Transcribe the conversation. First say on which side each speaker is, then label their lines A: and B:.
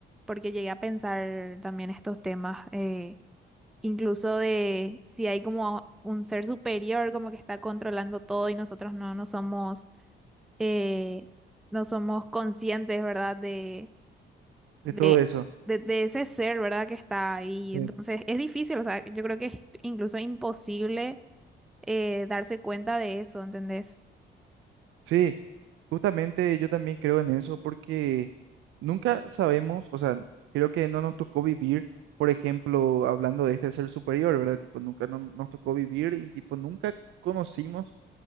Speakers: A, in the centre; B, on the right (about 75°).
A: porque llegué a pensar también estos temas, eh, incluso de si hay como un ser superior como que está controlando todo y nosotros no, no somos, eh, no somos conscientes, ¿verdad? De
B: De
A: de,
B: todo eso.
A: de, de ese ser, ¿verdad? Que está ahí.
B: Sí.
A: Entonces es difícil, o sea, yo creo que es incluso imposible eh, darse cuenta de eso, ¿entendés?
B: Sí, Justamente yo también creo en eso porque nunca sabemos, o sea, creo que no nos tocó vivir, por ejemplo, hablando de este ser superior, ¿verdad? Tipo, nunca no- nos tocó vivir y tipo, nunca conocimos